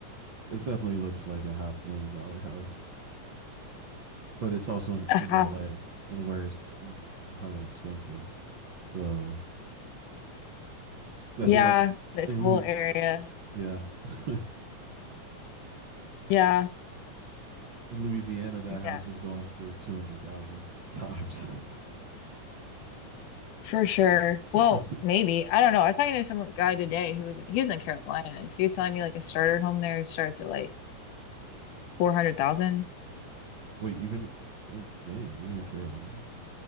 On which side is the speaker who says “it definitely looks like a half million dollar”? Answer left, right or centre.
Right